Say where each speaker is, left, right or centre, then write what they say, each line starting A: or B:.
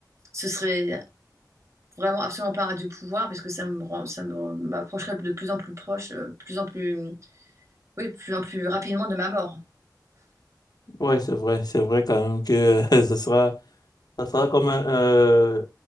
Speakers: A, on the right; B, on the left.
A: ce serait vraiment absolument pas du pouvoir parce que ça me rend- ça me- m'approcherait de plus en plus proche, euh, plus en plus, oui, plus en plus rapidement de ma mort.
B: Ouais, c'est vrai, c'est vrai quand même que <laughs> euh, ce sera, ça sera comme un, euh,